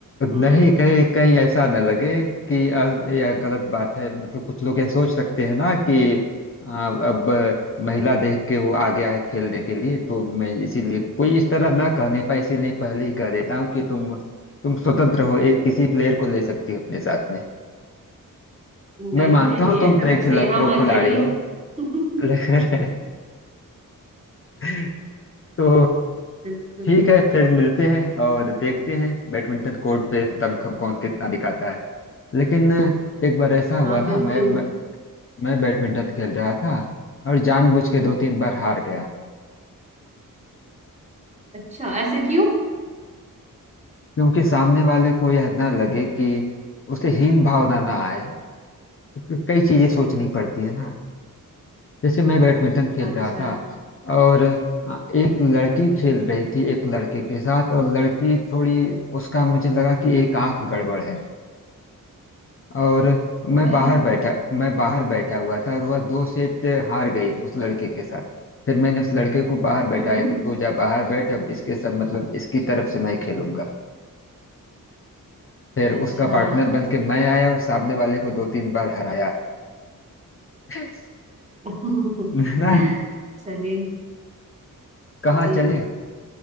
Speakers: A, on the right; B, on the left.
A: हम्म
B: नहीं कहीं कहीं ऐसा न लगे कि आ, यह गलत बात है मतलब कुछ लोग ये सोच सकते हैं ना कि आ, अब महिला देख के वो आ गया है खेलने के लिए तो मैं इसीलिए कोई इस तरह ना कहने पाए इसीलिए पहले ही कह देता हूँ कि तुम तुम स्वतंत्र हो एक किसी प्लेयर को ले सकती हो अपने साथ
A: नहीं
B: मैं मानता
A: नहीं
B: हूँ तुम
A: ऐसा
B: प्रे
A: कुछ
B: खिला,
A: नहीं हम
B: प्रो
A: अकेले
B: खिलाड़ी
A: ही
B: हो
A: <laughs>
B: लेकिन <laughs> तो
A: बिल्कुल
B: ठीक है फिर मिलते हैं और देखते हैं बैडमिंटन कोर्ट पे दमखम कौन कितना दिखाता है लेकिन एक बार ऐसा हुआ
A: हाँ
B: ना
A: बिल्कुल
B: मैं मैं, मैं बैडमिंटन खेल रहा था और जानबूझ के दो तीन बार हार गया
A: अच्छा ऐसे क्यों
B: क्योंकि सामने वाले को यह ना लगे कि उसे हीन भावना ना आए क्योंकि कई चीजें सोचनी पड़ती है ना जैसे मैं बैडमिंटन खेल
A: अच्छा
B: रहा था और अ, एक लड़की खेल रही थी एक लड़के के साथ और लड़की थोड़ी उसका मुझे लगा कि एक आंख गड़बड़ है और मैं बाहर
A: अरे
B: बैठा मैं बाहर बैठा हुआ था और वह दो सेट हार गई उस लड़के के साथ फिर मैंने उस लड़के को बाहर
A: हम्म
B: बैठाया
A: हम्म,
B: कि तू जा बाहर बैठ अब इसके सब मतलब इसकी तरफ से मैं खेलूंगा फिर
A: अच्छा
B: उसका पार्टनर बन के मैं आया और सामने वाले को दो तीन बार हराया <laughs>
A: <laughs>
B: ना
A: चलिए
B: कहाँ
A: जी
B: चले